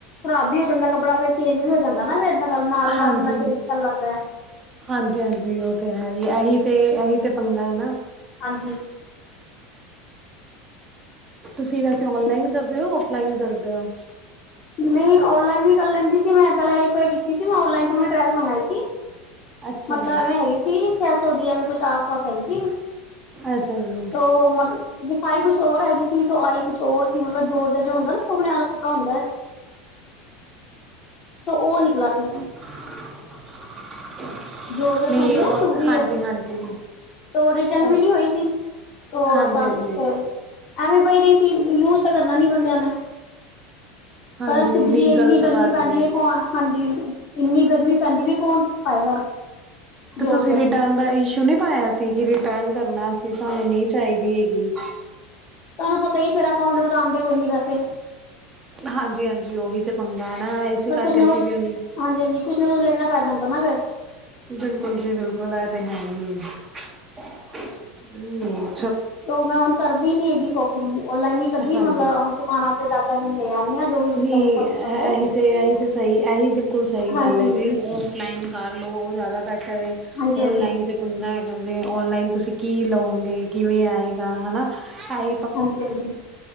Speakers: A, on the left; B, on the right.
A: ਖ਼ਰਾਬ ਵੀ ਹੋ ਜਾਂਦਾ ਕੱਪੜਾ ਫੇਰ ਚੇਂਜ ਵੀ ਹੋ ਜਾਂਦਾ ਨਾ ਫੇਰ ਨਾਲ- ਨਾਲ
B: ਹਾਂਜੀ
A: ਬੰਦਾ ਚੇਂਜ ਕਰ ਲੈਂਦਾ ਐ।
B: ਹਾਂਜੀ- ਹਾਂਜੀ ਉਹ ਤੇ ਹੈ ਹੀ ਇਹੀ ਤੇ- ਇਹੀ ਤੇ ਪੰਗਾ ਹੈ ਨਾ।
A: ਹਾਂਜੀ।
B: ਤੁਸੀਂ ਵੈਸੇ ਔਨਲਾਈਨ ਕਰਦੇ ਹੋ ਯਾ ਔਫਲਾਈਨ ਕਰਦੇ ਹੋ?
A: ਨਹੀਂ ਔਨਲਾਈਨ ਵੀ ਕਰ ਲੈਂਦੀ ਸੀ ਮੈਂ ਪਹਿਲਾਂ ਇੱਕ ਵਾਰੀ ਕੀਤੀ ਸੀ ਮੈਂ ਔਨਲਾਈਨ ਤੋਂ ਮੈਂ ਡਰੈਸ ਮੰਗਾਈ ਸੀ।
B: ਅੱਛਾ
A: ਮਤਲਬ
B: ਜੀ
A: ਐਵੇਂ ਹੈਗੀ ਸੀ ਛੇ ਸੌ ਦੀ ਐਵੇਂ ਕੁਛ ਆਸ- ਪਾਸ ਆਈ ਸੀ।
B: ਅੱਛਾ ਜੀ
A: ਓਹ ਮਤ ਦਿਖਾਈ ਕੁਛ ਹੋਰ ਹੈਗੀ ਸੀ ਤੇ ਆਈ- ਕੁਛ ਹੋਰ ਸੀ ਮਤਲਬ ਜੋੋਰ ਜ ਜ ਜੋ ਹੁੰਦਾ ਨਾ ਚੁਭਨੇ ਵਾਲਾ ਕੱਪੜਾ ਹੁੰਦਾ ਏ। ਤੇ ਉਹ ਨਿਕਲਾ ਸੀ।
B: <inaudible>
A: ਜੋਰਜਟ
B: ਨਹੀਂ
A: ਹੁੰਦੀ
B: ਉਹ
A: ਹੈ ਚੁਬਦੀ
B: ਹਾਂਜੀ
A: ਐ, ਤੋ
B: ਹਾਂਜੀ
A: ਰਿਟਰਨ
B: ਉਹ
A: ਵੀ ਨਹੀਂ ਹੋਈ ਸੀ। ਹੋਰ
B: ਹਾਂਜੀ
A: ਸਭ
B: ਹਾਂਜੀ
A: ਫੇਰ? ਐਵੇਂ ਪਈ ਰਹੀ ਸੀ ਯੂਜ ਤਾਂ ਕਰਨਾ ਨੀ ਪੈਦਾ ਹੋਣਾ ਏ।
B: ਹਾਂਜੀ
A: ਪਰ ਚੂਬਦੀ
B: ਨਹੀਂ
A: ਏ ਇੰਨੀ
B: ਗ਼ਲਤ
A: ਗਰਮੀ
B: ਗੱਲ
A: ਪੈਂਦੀ
B: ਏ।
A: ਐ, <unintelligible> ਹਾਂਜੀ, ਇੰਨੀ ਗਰਮੀ ਪੈਂਦੀ ਵੀ, ਕੌਣ ਪਾਏਗਾ?
B: ਤੇ
A: ਜੋਰਜਟ
B: ਤੁਸੀਂ ਰਿਟਰਨ
A: ਨੂੰ
B: ਦਾ ਈਸ਼- ਕਿਉਂ ਨਹੀਂ ਪਾਇਆ ਸੀ ਕਿ ਰਿਟਰਨ ਕਰਨਾ ਅਸੀ ਸਾਨੂੰ ਨਹੀਂ ਚਾਹੀਦੀ ਹੈਗੀ।
A: ਤੁਹਾਨੂੰ ਪਤਾ ਹੀ ਕੇੜਾ ਅਕਾਊਂਟ ਵਿਚ ਆਂਦੇ ਕੋਈ ਨੀ ਪੈਸੇ।
B: ਹਾਂਜੀ- ਹਾਂਜੀ ਉਹੀ ਤੇ ਪੰਗਾ ਹੈ ਨਾ ਇਸੇ
A: ਪਰ
B: ਕਰਕੇ
A: ਕੁਛ ਨਾ
B: ਅਸੀਂ
A: ਕੁਛ
B: ਵੀ ਹੁਨ-
A: ਹਾਂਜੀ- ਹਾਂਜੀ ਕੁਛ ਨਾ ਕੁਝ ਲੈਣਾ ਪੈ ਜਾਂਦਾ ਨਾ ਫੇਰ।
B: ਬਿਲਕੁਲ ਜੀ ਬਿਲਕੁਲ ਇਹ ਤੇ ਹੈ ਹੀ ਹੈ, ਹੂੰ।
A: ਤੇ ਮੈਂ ਹੁਣ ਕਰਦੀ ਨੀ ਹੈਗੀ ਸ਼ੋਪਿੰਗ ਔਨਲਾਈਨ ਹੀ ਕਰਦੀ
B: ਹਾਂਜੀ।
A: ਮਤਲਬ ਦੁਕਾਨਾਂ ਤੇ ਜਾ ਕੇ ਲੈਂ ਆਂਨੀ ਹਾਂ ਜੋ ਵੀ-
B: ਨਹੀਂ
A: ਸਾਨੂੰ ਪਸੰਦ ਹੈ
B: ਇਹੀ ਤੇ- ਇਹੀ ਤੇ ਸਹੀ ਇਹੀ ਬਿਲਕੁਲ ਸਹੀ
A: ਹਾਂਜੀ
B: ਗੱਲ ਹੈ
A: ਹਾਂਜੀ
B: ਜੀ ਔ- ਫਲਾਈਨ ਕਰ ਲਉ ਉਹ ਜਾਦਾ ਬੈਟਰ ਏ।
A: ਹਾਂਜੀ
B: ਨਲਾਈਨ
A: ਜੀ
B: ਤੇ ਪੰਗਾ ਹੈਗਾ ਜੇ ਓਨਲਾਈਨ ਤੁਸੀਂ ਕੀ ਲਵੋਗੇ ਕਿਵੇਂ ਆਏਗਾ, ਹਨਾ।
A: ਹਾਂਜੀ
B: ਪ
A: ਹਾਂਜੀ